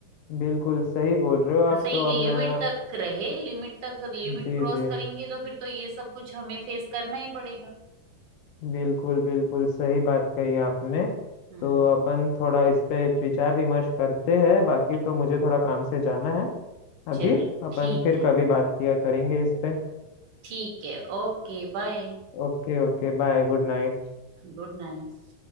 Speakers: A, on the left; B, on the right.
A: बिल्कुल सही बोल रहे हो आप
B: जैसे
A: तो
B: एक लिमिट
A: अब मैं
B: तक रहे लिमिट तक लिमिट
A: जी
B: क्रॉस
A: जी
B: करेंगे तो फिर तो ये सब कुछ हमें फेस करना ही पड़ेगा
A: बिल्कुल बिल्कुल सही बात कही आपने
B: हम्म
A: तो अपन थोड़ा इस पे विचार विमर्श करते हैं बाकी तो मुझे थोड़ा काम से जाना है
B: चलो
A: अभी अपन
B: ठीक
A: फिर
B: है
A: कभी बात किया करेंगे इस पे
B: ठीक है Okay bye
A: Okay Okay bye Good night
B: Good night